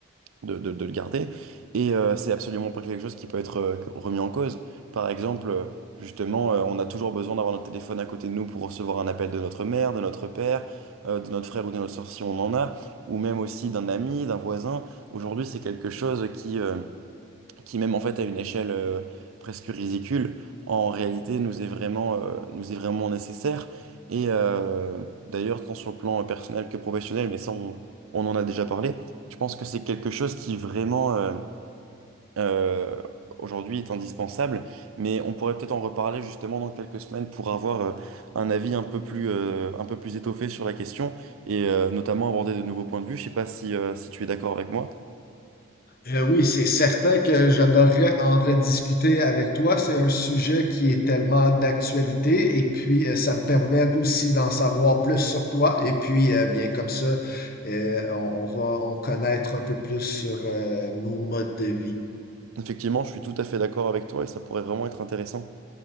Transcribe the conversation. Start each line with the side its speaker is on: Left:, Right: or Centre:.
Right: de, de- de le garder. Et euh, c'est absolument pas quelque chose qui peut être euh, remis en cause. Par exemple, euh, justement, euh, on a toujours besoin d'avoir notre téléphone à côté de nous pour recevoir un appel de notre mère, de notre père, euh, de notre frère ou de notre soeur si on en a, ou même aussi d'un ami, d'un voisin. Aujourd'hui, c'est quelque chose qui... euh, qui même en fait à une échelle euh, presque ridicule, en réalité nous est vraiment, euh, nous est vraiment nécessaire. Et euh, d'ailleurs, tant sur le plan euh, personnel que professionnel, mais ça on, on en a déjà parlé, je pense que c'est quelque chose qui vraiment euh, euh, aujourd'hui est indispensable, mais on pourrait peut-être en reparler justement dans quelques semaines pour avoir euh, un avis un peu plus, euh, un peu plus étoffé sur la question et euh, notamment aborder de nouveaux points de vue. Je sais pas si, euh, si tu es d'accord avec moi.
Left: Euh, oui, c'est certain que j'adorerais en rediscuter avec toi. C'est un sujet qui est tellement d'actualité et puis euh, ça me permet aussi d'en savoir plus sur toi. Et puis, euh, bien comme ça, euh, on, on va en connaître un peu plus sur euh, nos modes de vie.
Right: Effectivement, je suis tout à fait d'accord avec toi et ça pourrait vraiment être intéressant.